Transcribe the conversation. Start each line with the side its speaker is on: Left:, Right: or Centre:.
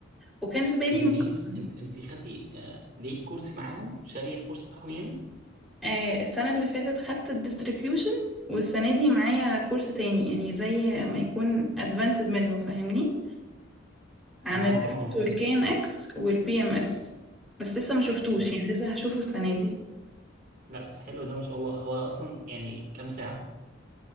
Centre: وكان في بالي
Right: اليونيرز
Centre: المقدم
Right: انت انت خدتي آه ليه كورس معاهم شاريه الكورس بتاعهم يعني
Centre: آه، السنة اللي فاتت خدت الديستريبيوشن والسنة دي معايا كورس تاني يعني زي ما يكون ادفانسد منه فاهمني
Right: اه
Centre: عن الريفت والكي ان اكس والبي ام اس بس لسه ما شفتوش
Right: طب
Centre: يعني لسه هشوفه السنة دي
Right: لا بس حلو ده ما شاء الله هو اصلا يعني كام ساعه